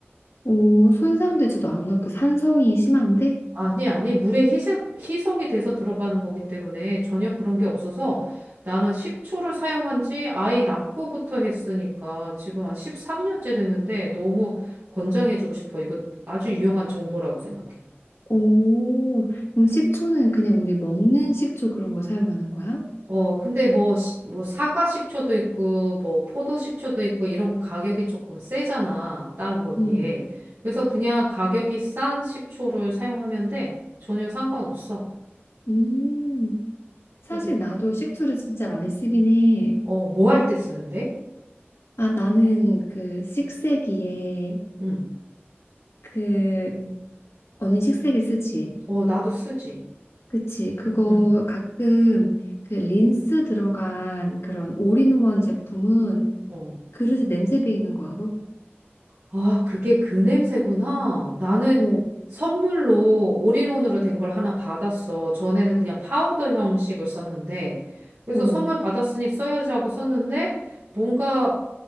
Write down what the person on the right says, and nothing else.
아니, 아니, 물에 희석, 희석이 돼서 들어가는 거기 때문에 전혀 그런 게 없어서 나는 식초를 사용한 지 아이 낳고부터 했으니까 지금 한 13년째 되는데 너무 권장해주고 싶어. 이거 아주 유용한 정보라고 생각해.
어, 근데 뭐, 시- 뭐, 사과 식초도 있고, 뭐, 포도 식초도 있고, 이런 가격이 조금 세잖아. 다른 거에 비해.
그래서 그냥 가격이 싼 식초를 사용하면 돼. 전혀 상관없어.
그래서,
어, 뭐할 때 쓰는데?
응.
어, 나도 쓰지.
응.
어.
아, 그게 그 냄새구나. 나는
선물로 올인원으로 된 걸 하나 받았어. 전에는 그냥 파우더 형식을 썼는데, 그래서
선물 받았으니 써야지 하고 썼는데, 뭔가